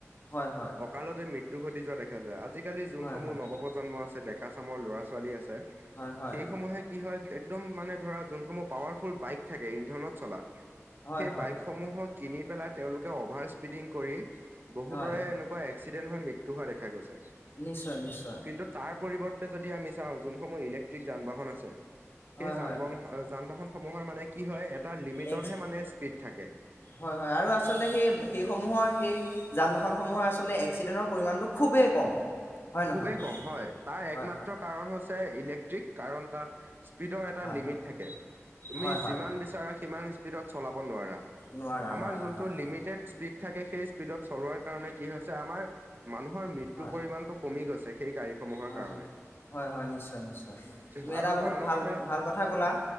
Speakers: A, on the left; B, on the right.
A: হয়, হয়।
B: কঁকালতে মৃত্যু ঘটি যোৱা দেখা যায়। আজিকালি যোনসমূহ
A: হয় হয়
B: নৱপ্ৰজন্ম আছে, ডেকা চামৰ ল'ৰা ছোৱালী আছে
A: হয় হয়
B: সেই সমূহে কি হয়, একদম মানে ধৰা যোনসমূহ পাৱাৰফুল বাইক থাকে ইন্ধনত চলা,
A: হয়
B: সেই
A: হয়
B: বাইক সমূহৰ কিনি পেলাই তেওঁলোকে অভাৰ স্পিডিং কৰি বহুতৰে
A: হয়
B: এনেকুৱা এক এক্সিডেণ্ট হৈ মৃত্যু হোৱা দেখা গৈছে।
A: নিশ্চয়, নিশ্চয়।
B: কিন্তু তাৰ পৰিৱৰ্তে যদি আমি চাওঁ যোনসমূহ ইলেক্ট্ৰিক যান বাহন আছে সেই
A: হয়
B: যান
A: হয়
B: বাহন, যান বাহন সমূহৰ মানে কি হয় এটা লিমিটতহে
A: এক
B: মানে স্পীড থাকে।
A: হয় হয়, আৰু আচলতে সেই সেইসমূহৰ সেই যান বাহনসমূহৰ আচলতে এক্সিডেণ্টৰ পৰিমাণটো খুবেই কম। হয় নহয়
B: খুবেই কম হয়, তাৰ একমাত্ৰ
A: হয় হয়
B: কাৰণ হৈছে ইলেক্ট্ৰিক কাৰণ তাত স্পীডৰ এটা
A: হয়
B: লিমিট থাকে, তুমি
A: হয় হয় হয়
B: যিমান বিচাৰা সিমান স্পীডত চলাব নোৱাৰা।
A: নোৱাৰা
B: আমাৰ
A: নোৱাৰা
B: যোনটো
A: হয়
B: লিমিটেড স্পীড থাকে সেই স্পীডত চলোৱাৰ কাৰণে কি হৈছে আমাৰ মানুহৰ মৃত্যৰ
A: হয়
B: পৰিমাণটো কমি গৈছে সেই গাড়ীসমূহৰ
A: হয়
B: কাৰণে।
A: হয় হয় হয়, নিশ্চয় নিশ্চয়, তুমি
B: আৰু
A: এটা বহুত
B: তাৰ লগতে
A: ভাল ভাল কথা ক'লা।